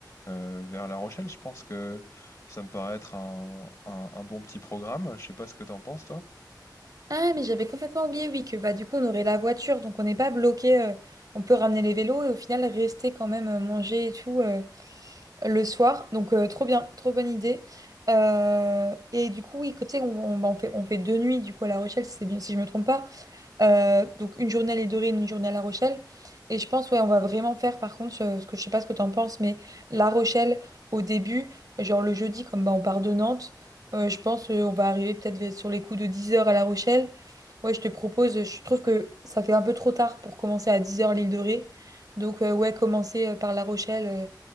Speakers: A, on the left; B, on the right.
A: euh, vers La Rochelle. Je pense que ça me paraît être un, un- un bon petit programme. Je sais pas ce que t'en penses, toi.
B: Ah, mais j'avais complètement oublié, oui, que bah, du coup, on aurait la voiture, donc on n'est pas bloqué. euh, on peut ramener les vélos et au final rester quand même euh, manger et tout euh, le soir. Donc, euh, trop bien, trop bonne idée. Euh, et du coup, oui, côté, on, on, bah, on fait, on fait deux nuits du coup à La Rochelle, si, c'est bien, si je me trompe pas. Euh, donc une journée à l'île de une journée à La Rochelle. Et je pense, ouais, on va vraiment faire par contre, euh, ce que je sais pas ce que t'en penses, mais La Rochelle au début, genre le jeudi, comme bah, on part de Nantes, euh, je pense euh, on va arriver peut-être vers- sur les coups de dix heures à La Rochelle. Ouais, je te propose, je trouve que ça fait un peu trop tard pour commencer à dix heures l'île de Ré. Donc euh, ouais, commencer euh, par La Rochelle euh,